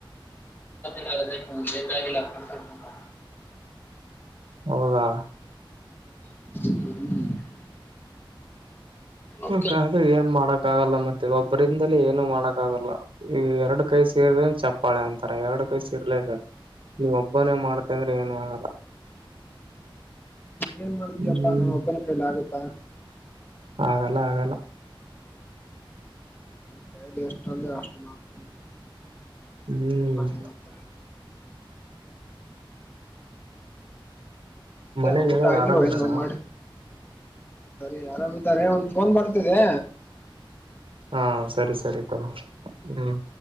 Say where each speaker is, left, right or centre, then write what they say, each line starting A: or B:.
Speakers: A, on the left; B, on the right.
A: ನಕತಲ್ಲ ಲಕ್ಕ. <unintelligible>
B: ಹೌದಾ.
A: <inaudible> ಓಕೆ
B: ಹ್ಮ ಏನ್ ಮಾಡಕ್ಕ ಆಗಲ್ಲ ಮತ್ತೆ ಒಬ್ಬರಿಂದಲೇ ಏನು ಮಾಡಕ್ ಆಗಲ್ಲ ಈ ಎರಡು. ಕೈ ಸೇರನ್ ಚಪ್ಪಾಳೆ ಅಂತರ ಎರಡು ಕೈ ಸೇರ್ಲೇಬೇಕ. ನೀವ ಒಬ್ಬನೇ ಮಾಡ್ತಂದ್ರೆ ಏನ್ ಮಾಡಲ್ಲ.
A: ಏನ್ ಮಾಡತೀಯಪ್ಪಾ
B: ಹ್ಮ್
A: ನಾ ಒಬ್ಬನ ಕೈಲಿ ಆಗತ್ತಾ.
B: ಆಗಲ್ಲ ಆಗಲ್ಲ.
A: ಕ ದೇಶ ಚದೆ ಅಷ್ಟ್ರಮಾರ್.
B: ಹ್ಮ್-
A: ಏನಂತಾರೆ ಮತ್ತೆ
B: ಮನೇಲಿ
A: ಊಟ
B: ಎಲ್ಲಾರು
A: ಆಗಿಲ್ಲ
B: ಆರಾಮಿದಾರ
A: ಇನ್ನೂ ಮಾಡ. ಸರಿ ಆರಾಮಿತಾರೆ ಒಂದ್ ಫೋನ್ ಬರ್ತಿದೆ.
B: ಹಾ ಸರಿ ಸರಿ ತ ಹ್ಮ್.